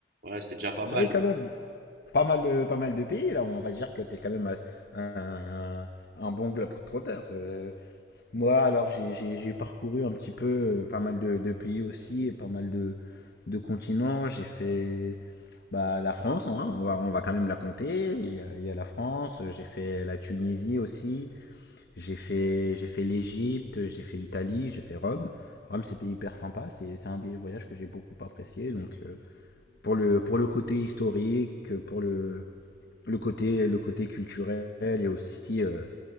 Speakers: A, on the right; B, on the left.
A: Ouais, c'est déjà pas mal.
B: Ah oui, quand même. Pas mal de, pas mal de pays, là. On va dire que tu es quand même un, un, un bon globetrotter. Euh, Moi, alors, j'ai j'ai- j'ai parcouru un petit peu euh, pas mal de, de pays aussi et pas mal de, de continents. J'ai fait bah, la France, hein, on va, on va quand même la compter. Il y a, il y a la France, j'ai fait la Tunisie aussi, j'ai fait, j'ai fait l'Égypte, j'ai fait l'Italie, j'ai fait Rome. Rome, c'était hyper sympa. C'est c'est un des voyages que j'ai beaucoup apprécié. Donc, euh, pour le, pour le côté historique, pour le, le côté, le côté culturel et aussi. euh,